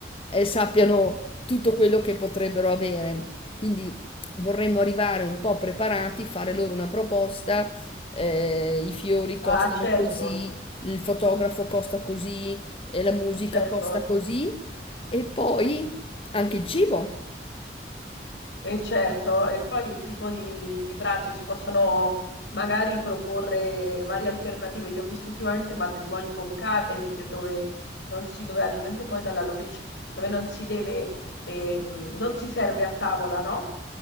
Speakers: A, on the left; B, on the left.
A: eh, sappiano tutto quello che potrebbero avere. Quindi vorremmo arrivare un po' preparati, fare loro una proposta, eh, i fiori costano
B: Ah, certo,
A: così, il fotografo costa così, eh, la musica
B: certo.
A: costa così e poi anche il cibo,
B: E certo, e poi il tipo di, di pranzo si possono magari proporre varie alternative. Io ho visto ultimamente matrimoni con catering dove non si doveva, dipende poi dalla location, dove non si deve, ehm, non si serve a tavola, no?